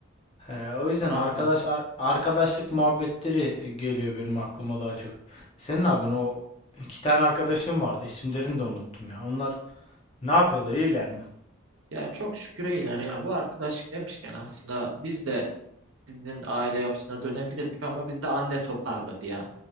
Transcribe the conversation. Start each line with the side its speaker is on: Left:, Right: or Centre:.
Left: Ee, o yüzden
Right: anladım.
Left: arkadaş ar- arkadaşlık muhabbetleri e, geliyor benim aklıma daha çok. Senin abin o iki tane arkadaşım vardı. İsimlerini de unuttum ya. Onlar ne yapıyorlar? İyiler mi?
Right: Ya çok şükür iyiler ya. Bu arkadaşlık demişken aslında biz de sizin aile yapısına dönebilirdik ama bizde anne toparladı ya